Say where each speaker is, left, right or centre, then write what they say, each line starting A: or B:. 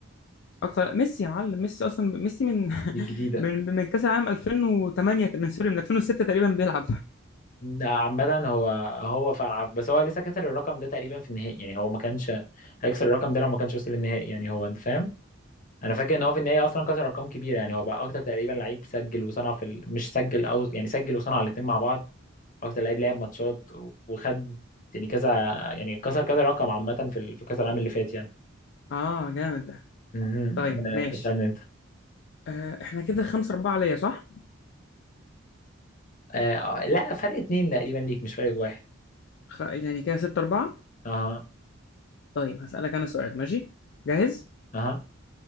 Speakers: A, on the left; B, on the left.
A: أكتر ميسي يا معلم ميسي أصلا ميسي من
B: دي
A: <laughs>
B: جديدة
A: من من كأس العالم 2008 من سوري من 2006 تقريبا بيلعب
B: عامة هو هو فعلا بس هو لسه كسر الرقم ده تقريبا في النهائي يعني هو ما كانش هيكسر الرقم ده لو ما كانش وصل للنهائي يعني هو أنت فاهم؟ انا فاكر ان هو في النهايه اصلا كسر ارقام كبيره يعني هو بقى اكتر تقريبا لعيب سجل وصنع في ال... مش سجل او يعني سجل وصنع الاثنين مع بعض اكتر لعيب لعب ماتشات وخد يعني كذا يعني كسر كذا رقم عامه في ال... في كاس العالم اللي فات يعني
A: آه جامد ده
B: مهم.
A: طيب
B: آه،
A: ماشي
B: سألني انت
A: آه، احنا كده خمسة أربعة ليا صح؟
B: آه، آه، لا فرق اتنين تقريبا ليك مش فرق واحد
A: خ... يعني كده ستة أربعة
B: اها
A: طيب هسألك أنا سؤال ماشي جاهز
B: اها